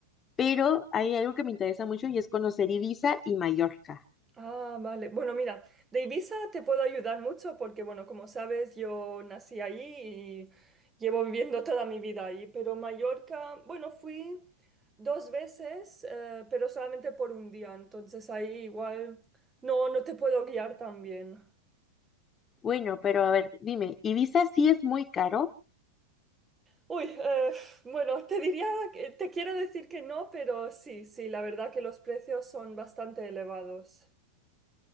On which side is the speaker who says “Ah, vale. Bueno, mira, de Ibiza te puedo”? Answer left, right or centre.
Right